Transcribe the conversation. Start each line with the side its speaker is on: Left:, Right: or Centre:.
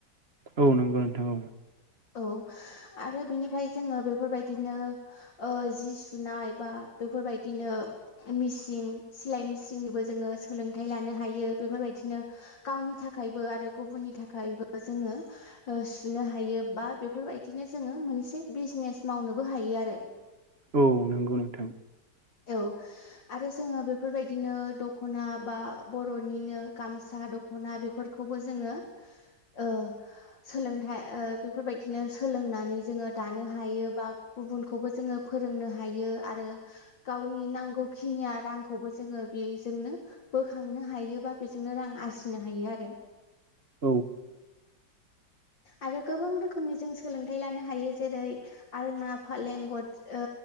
Right: औ नंगौ नोंथां औ
Left: औ आरो बिनिफ्राय जोङो बेफोरबायदिनो ओ जि सुनाय बा बेफोरबायदिनो मेसिन सिलाय मेसिननिबो जोङो सोलोंथाइ लानो हायो बेफोरबायदिनो गावनि थाखायबो आरो गुबुननि थाखायबो जोङो ओ सुनो हायो। बा बेफोरबायदिनो जोङो मोनसे बिजनेस मावनोबो हायो आरो।
Right: औ नंगौ नोंथां
Left: औ आरो जोङो बेफोरबायदिनो दख'ना बा बर'निनो गामसा दख दख'ना बेफोरखौबो जोङो ओ सोलोंथाइ ओ बेफोरबायदिनो सोलोंनानै जोङो दानो हायो बा गुबुनखौबो जोंङो फोरोंनो हायो आरो गावनि नांगौखिनिया रांखौबो जोंङो बेजोंनो बोखांनो हायोबा बेजोंनो रां आरजिनो हायो आरो।
Right: औ
Left: आरो गोबां रोखोमनि जों सोलोंथायाइ लानो हायो जेरै आलना फालें गद ओ